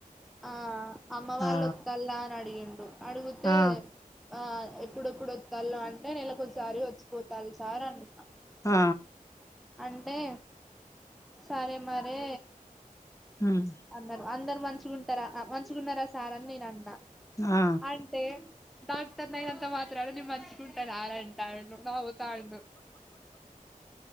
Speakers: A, in the centre; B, on the left.
A: ఆ అమ్మ వాళ్ళు
B: ఆ
A: వొత్తళ్ళా అని అడిగిండు అడుగితే
B: ఆ
A: ఆ ఎప్పుడెప్పుడు వత్తళ్ళు అంటే నెలకోసారి వచ్చిపోతాళ్ళు సార్ అంటున్న
B: ఆ
A: అంటే సరే మరి
B: ఉమ్మ్
A: అన్నారు అందరు మంచిగుంటారా మంచిగున్నారా సార్ అని నేను అంటా
B: ఆ
A: అంటే డాక్టర్ నైనంతా మాత్రానా నేను మంచిగుంటానా అని అంటండు నవ్వుతాండు